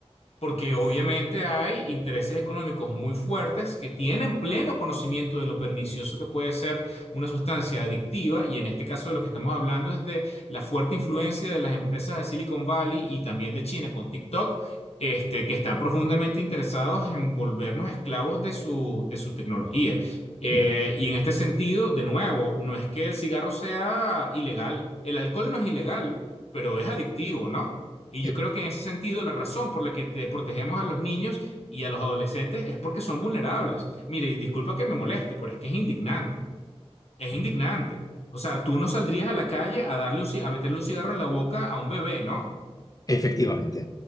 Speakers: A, on the left (about 70°); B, on the left (about 35°).
A: Porque obviamente hay intereses económicos muy fuertes que tienen pleno conocimiento de lo pernicioso que puede ser una sustancia adictiva y en este caso de lo que estamos hablando es de la fuerte influencia de las empresas de Silicon Valley y también de China con TikTok, este, que están profundamente interesados en volvernos esclavos de su, de su tecnología. Eh,
B: ujú,
A: y en este sentido, de nuevo, no es que el cigarro sea ilegal, el alcohol no es ilegal, pero es adictivo, ¿no? Y
B: eh,
A: yo creo que en ese sentido la razón por la que te protegemos a los niños y a los adolescentes es porque son vulnerables. Mire, y disculpa que me moleste, pero es que es indignante. Es indignante. O sea, tú no saldrías a la calle a darle un, ci- a meterle un cigarro en la boca a un bebé, ¿no?
B: Efectivamente,